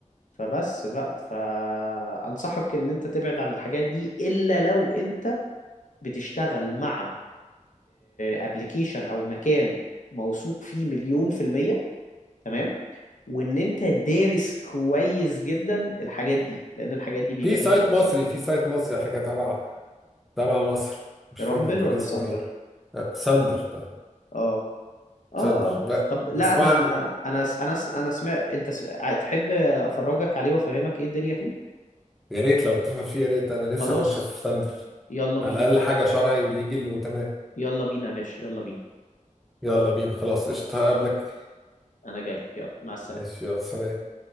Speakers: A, on the left; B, in the centre.
A: فبس بقى فأنصحك إن أنت تبعد عن الحاجات دي إلا لو أنت بتشتغل مع ابلكيشن أو مكان موثوق فيه مليون في المية تمام وإن أنت دارس كويس جدا الحاجات دي لأن الحاجات دي بيبقى
B: في سايت
A: ليها دراسات
B: مصري
A: يعني.
B: في سايت مصري على فكرة تبع تبع مصر مش
A: رامبل
B: فاكر كان
A: ولا
B: اسمه
A: ساندر؟
B: ايه آه، ساندر اه
A: آه آه
B: ساندر
A: آه
B: لا
A: طب لا
B: بس
A: أنا
B: طبعا
A: أنا س- أنا س- أنا سمعت أنت س... ع- تحب أفرجك عليه وأفهمك إيه الدنيا فيه؟
B: يا ريت لو بتفهم فيه يا ريت انا نفسي
A: خلاص
B: اخش في ساندر
A: يلا بينا
B: على الاقل حاجة شرعي وليجل وتمام
A: يلا بينا يا باشا يلا بينا
B: يلا بينا خلاص قشطة
A: يلا.
B: هقابلك
A: انا جاي لك يلا مع السلامه
B: ماشي يلا سلام